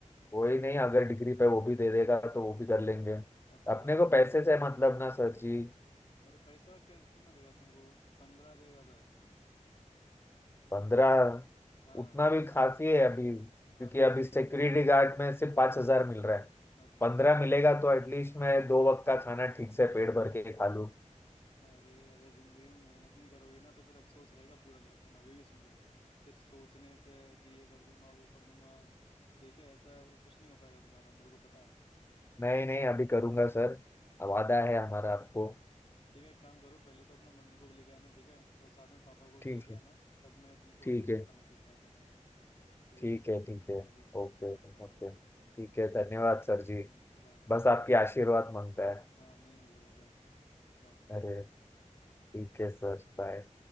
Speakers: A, on the left; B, on the left.
A: वही नहीं अगर डिग्री पे वो भी दे देगा तो वो भी कर लेंगे
B: अच्छा
A: अपने को पैसे से मतलब ना सर जी
B: अरे पैसा क्या कितना देगा तुमको वो पंद्रह देगा बस
A: पंद्रह
B: हाँ
A: उतना भी काफी है अभी क्योंकि
B: काफी है
A: अभी सिक्योरिटी गार्ड में सिर्फ पांच हजार मिल रहा है
B: अच्छा
A: पंद्रह मिलेगा तो एटलीस्ट मैं दो वक्त का खाना ठीक से पेट भर के खा लूं
B: अरे अगर जिंदगी में मेहनत नहीं करोगे ना तो फिर अफसोस रहेगा पूरा लाइफ टाइम अभी भी सुन लो सिर्फ सोचने से कि ये कर दूंगा वो कर दूंगा ठीक है ऐसा कुछ नहीं हो पाएगा तुम्हारा मेरे को पता है
A: नहीं नहीं अभी करूंगा सर वादा है हमारा आपको
B: ठीक है एक काम करो पहले तो अपना मम्मी को भी लेके आना ठीक है और साथ में पापा को भी
A: ठीक
B: लेके आना
A: है
B: तब मैं तुमको
A: ठीक
B: बताता
A: है
B: हूँ कि क्या करना है ठीक
A: ठीक
B: है
A: है ठीक है
B: चलो ठीक
A: ओके
B: है ओके
A: ओके ठीक है धन्यवाद सर जी
B: Hmm bye
A: बस आपकी आशीर्वाद मांगता है
B: हाँ नहीं मिलेगा जाओ बाय
A: अरे ठीक है सर बाय